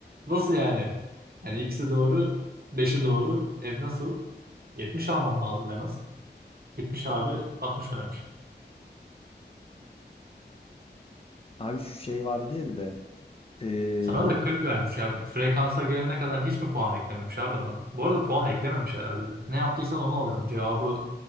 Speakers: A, on the right; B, on the left.
A: Nasıl yani? Hani ikisi doğru, beşi doğru. E nasıl? 70 almam lazım en az. 70 abi 60 vermiş.
B: Abi şu şey vardı ya bir de. ee,
A: Sana da 40 vermiş ya. Frekansa gelene kadar hiç mi puan eklememiş abi adam? Bu arada puan eklememiş herhalde. Ne yaptıysan onu alıyorsun. Cevabı